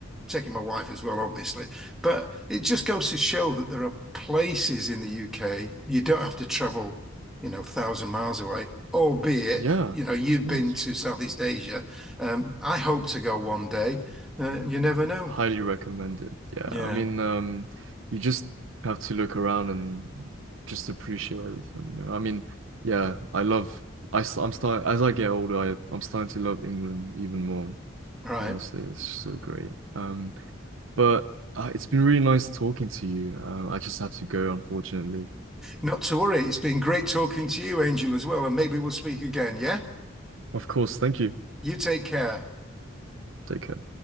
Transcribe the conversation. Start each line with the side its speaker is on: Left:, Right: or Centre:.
Centre: taking my wife as well, obviously. But it just goes to show that there are places in the UK you don't have to travel, you know, thousand miles away, albeit,
Right: Yeah.
Centre: you know, you've
Right: Yes.
Centre: been to Southeast Asia. Um, I hope to go one day. Uh, you never know.
Right: Highly recommend it. Yeah,
Centre: Yeah.
Right: I mean, um, you just have to look around and just appreciate everything. you know. I mean, yeah, I love. I s- I'm start as I get older. I I'm starting to love England even more.
Centre: Right.
Right: Honestly, it's so great. Um, but uh, it's been really nice talking to you. Um, I just have to go, unfortunately.
Centre: Not to worry. It's been great talking to you, Angel, as well, and maybe we'll speak again, yeah?
Right: Of course, thank you.
Centre: You take care.
Right: Take care.